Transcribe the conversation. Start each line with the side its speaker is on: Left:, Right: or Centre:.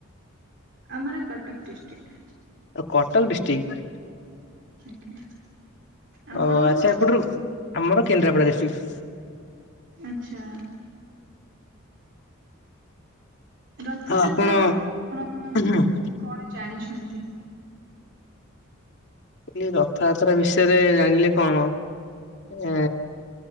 Right: ଆମର କଟକ ଡିଷ୍ଟ୍ରିକ।
Left: ଓ କଟକ ଡିଷ୍ଟ୍ରିକ।
Right: ଆଜ୍ଞା। ଆପଣଙ୍କର
Left: ଓ ଆଚ୍ଛା ଏପଟରୁ ଆମର କେନ୍ଦ୍ରାପଡ଼ା ଡିଷ୍ଟ୍ରିକ।
Right: ଆଚ୍ଛା। ରଥଯାତ୍ରା
Left: ଆଉ ଆପଣ
Right: ଉପରେ ଆପଣ
Left: କହିଲି
Right: କଣ ଜାଣିଛ ଛନ୍ତି?
Left: କହିଲି ରଥଯାତ୍ରା ବିଷୟରେ ଜାଣିଲେ କଣ ଏ